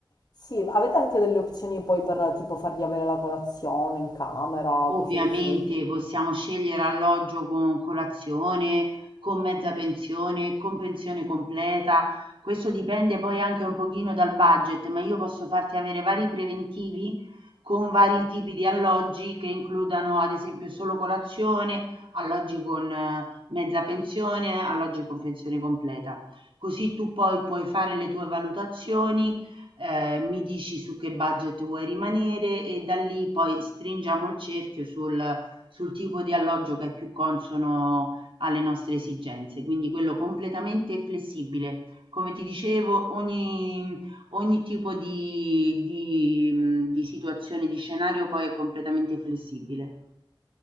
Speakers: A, on the left (about 50°); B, on the right (about 80°).
A: sì, avete anche delle opzioni poi per tipo fargli avere la colazione in camera,
B: Ovviamente
A: cose così.
B: possiamo scegliere alloggio con colazione, con mezza pensione, con pensione completa. Questo dipende poi anche un pochino dal budget, ma io posso farti avere vari preventivi con vari tipi di alloggi che includano ad esempio solo colazione, alloggi con eh, mezza pensione, alloggi con pensione completa. Così tu poi puoi fare le tue valutazioni eh, mi dici su che budget vuoi rimanere e da lì poi stringiamo il cerchio sul, sul tipo di alloggio che è più consono alle nostre esigenze. Quindi quello completamente flessibile. Come ti dicevo, ogni, ogni tipo di, di, di situazione, di scenario poi è completamente flessibile.